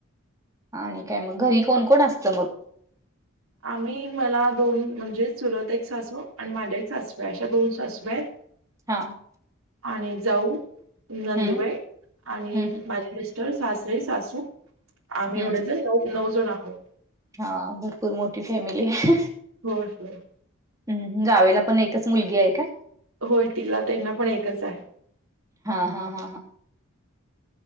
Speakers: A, on the right; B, on the right.
A: आणि काय मग घरी कोण-कोण असतं मग?
B: आम्ही मला दोन म्हणजे चुलत एक सासू आणि मांडळीतं सासू आहे अशा दोन सासू आहेत.
A: हां.
B: आणि जाऊ, नंदुबाई
A: हं,
B: आणि
A: हं, हं.
B: माझे मिस टर, सासरे, सासू आम्ही
A: हं,
B: एवढेजण
A: हं.
B: नऊ- नऊ जण आहोत.
A: हां भरपूर मोठी फॅमिली आहे.
B: होय-होय.
A: हम्म, जावेला पण एकच मुलगी आहे का?
B: होय तिला, त्यांना पण एकच आहे.
A: हां, हां, हां, हां